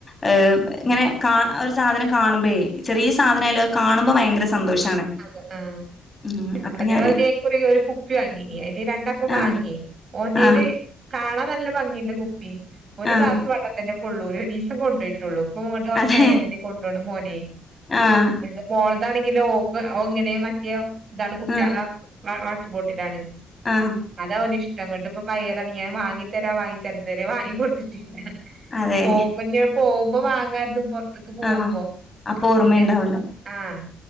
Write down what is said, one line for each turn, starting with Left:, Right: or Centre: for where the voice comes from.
Left: ഹ് ഇങ്ങനെ കാ ഒരു സാധനം കാണുമ്പഴേ ചെറിയ സാധനമായയാലുമത് കാണുമ്പ ഭയങ്കര സന്തോഷാണ്
Right: അതെ ആഹ്
Left: ഉം അപ്പൊ
Right: അതേപോലെയായിക്കുലെ
Left: ഞാന്
Right: ഒരു കുപ്പി വാങ്ങീന് അത് രണ്ടാക്കാക്കും
Left: ആഹ്
Right: വാങ്ങി ഓന്റെയില്
Left: ആഹ്
Right: കാണാൻ നല്ല ഭംഗിണ്ട് കുപ്പി ഒരു
Left: ആഹ്
Right: ഗ്ലാസ് വെള്ളം തന്നെ കൊള്ളൂല ഒരു ഒരു ദിവസം കൊണ്ടോയിട്ട് ട്ടുള്ളു ഇപ്പൊ ഇങ്ങോട്ട് ഓന്
Left: അതെ
Right: പയതെന്നെ കൊണ്ടോണം മോനെ
Left: ആഹ്
Right: ന്നുട്ട് മോളതാണെങ്കിലോ ഒങ്ങനെ മറ്റെയാ ഇതാണ് കുട്ടികളെ
Left: ആഹ്
Right: വാട്ടർ ബോട്ടിലാണ്
Left: ആഹ്
Right: അതവന് ഇഷ്ടം ന്ന്ട്ടിപ്പോ പയതാണ് ഞാൻ വാങ്ങിത്തരാന്ന് വാങ്ങിതരാ ഇതരവരെ വാങ്ങി കൊടുത്തിട്ടില്ല
Left: അതെ
Right: പോകുമ്പോ പോകുമ്പോ വാങ്ങാതും പൊറത്തക്ക് പോകുമ്പോ
Left: ആഹ് അപ്പൊ ഓർമ്മയുണ്ടാവൂല
Right: പിന്നെ ആഹ്